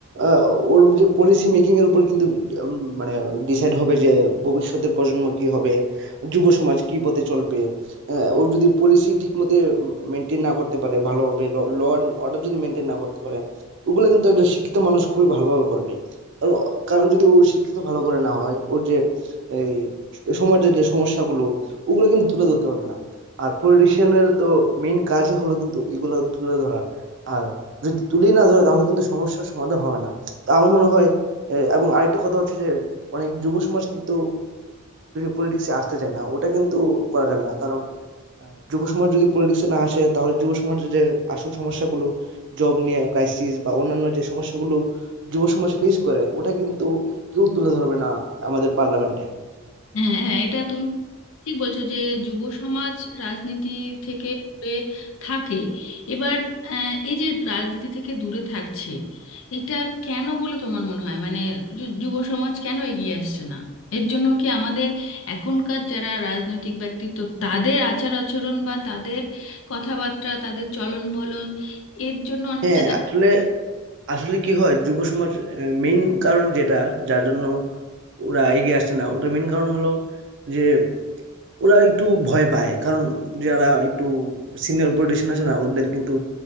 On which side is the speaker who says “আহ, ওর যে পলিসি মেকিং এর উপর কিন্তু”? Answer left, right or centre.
Right